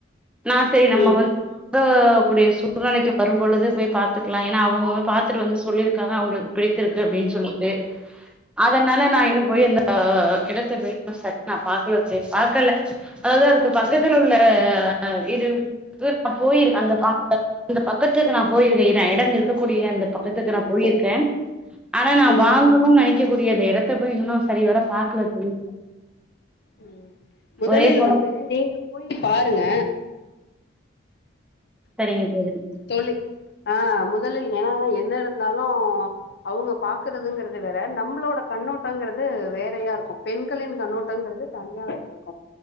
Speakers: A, in the centre; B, on the left.
A: நா சரி நம்ம
B: ம்
A: வந்து வாங்க கூடிய சூழ்நிலைக்கி வரும் பொழுது போய் பாத்துக்கலாம் ஏனா அவ அவங்க பாத்துட்டு வந்து சொல்லியிருக்காங்க அவங்ளுக்கு பிடித்திருக்கு அப்டின்னு சொல்லி சே அதனால நா இன்னும் போய் அந்த இடத்த போய் இன்னு சரியா நான் பாக்கலே, பாக்கல்ல அதாவது அதுக்கு பக்கத்து உள்ள அ இது வீட்டு <inaudible> நான் போயிருக் அந்த அந்த பக் பக்கத்துக்கு நா போயிருக்கே இதான் இடம் இருக்கு கூடிய அந்த பக்கத்துக்கு
B: ம்
A: நா போயிருக்கே, ஆனா நான்
B: ம்
A: வாங்கணும்னு நினைக்க விக்கக்கூடிய அந்த இடத்த போய் இன்னும் சரி வர பாக்கல தோழி.
B: ம் முதலில்
A: ஒரே கொழ
B: வந்து நீங்க போய் பாருங்க.
A: சரிங்க தோழி
B: தோழி ஆ முதலில் ஏன்னா என்ன இருந்தாலும் அவங்க பாக்குறதுங்கறது வேற, நம்பளோட கண்ணோட்டங்கிறது வேறையா இருக்கும், பெண்களின் கண்ணோட்டங்கிறது தனியாவே இருக்கும்,